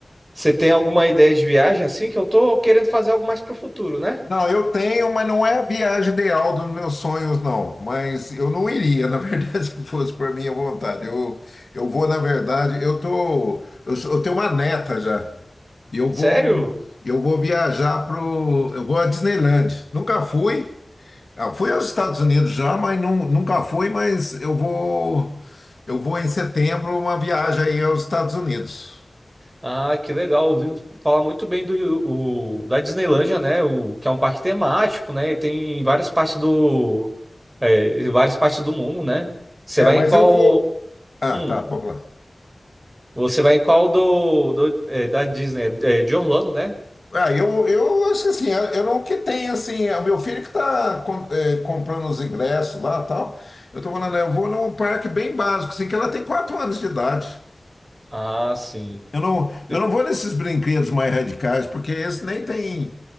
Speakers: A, on the right (about 25°); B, on the left (about 60°).
A: você tem alguma ideia de viagem assim? Que eu tô querendo fazer algo mais pro futuro, né?
B: Não, eu tenho, mas não é a viagem ideal dos meus sonhos, não. Mas eu não iria, na verdade, <laughs> se fosse por minha vontade. Eu, eu vou, na verdade, eu tô, eu, sou- eu tenho uma neta já. E eu
A: Sério?
B: vou, eu vou viajar pro, eu vou à Disneyland. Nunca fui, Ah, fui aos Estados Unidos já, mas nun- nunca fui, mas eu vou eu vou em setembro uma viagem aí aos Estados Unidos.
A: Ah, que legal. Ouvi falar muito bem do o- da Disneylândia, né? O, que é um parque temático, né? E tem em várias partes do, é, em várias partes do mundo, né? Você
B: É,
A: vai
B: mas
A: em qual.
B: eu vou. Ah,
A: Hum.
B: tá, pode falar.
A: Você vai em qual do, do- é, da Disney? É, de Orlando, né?
B: Ah, eu, eu acho que assim, eu eu não que tem assim, é o meu filho que está comprando os ingressos lá e tal. Eu tô falando, eu vou num parque bem básico, assim, que ela tem quatro anos de idade.
A: Ah, sim.
B: Eu não,
A: Eu-
B: eu não vou nesses brinquedos mais radicais, porque esse nem tem,